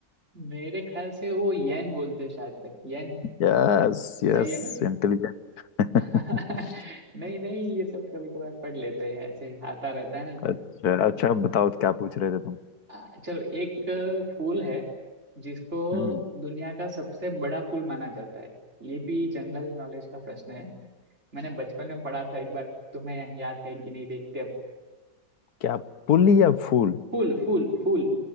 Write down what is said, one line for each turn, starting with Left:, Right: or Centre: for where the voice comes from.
Right: मेरे ख्याल से वो येन बोलते हैं शायद तक येन
Left: Yes yes
Right: सही है ना
Left: इंटेलिजेंट <laughs>
Right: हाँ <laughs> नहीं नहीं ये सब कभी कभार पढ़ लेते हैं ऐसे ही आता रहता है ना
Left: अच्छा
Right: तो
Left: अच्छा अब बताओ क्या पूछ रहे थे तुम
Right: आ, चलो एक फूल है जिसको
Left: हम्म
Right: दुनिया का सबसे बड़ा फूल माना जाता है ये भी जनरल नॉलेज का प्रश्न है मैंने बचपन में पढ़ा था एक बार तुम्हें याद है कि नहीं देखते अब
Left: क्या पुल या फूल
Right: फूल फूल फूल